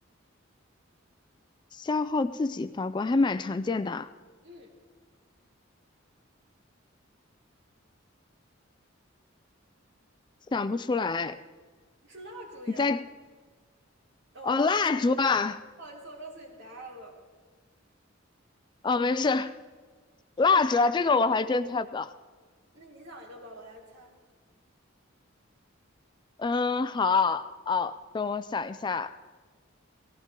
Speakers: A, on the left; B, on the right.
A: 消耗自己发光还蛮常见的啊
B: 嗯，
A: 想不出来。
B: 是蜡烛呀。
A: 你在，
B: 哦，
A: 哦，蜡烛啊，
B: 不好意思，我告诉你答案了。
A: 哦，没事儿蜡烛啊，这个我还真猜不到。
B: 那你想一个吧，我来猜。
A: 嗯，好，哦，等我想一下。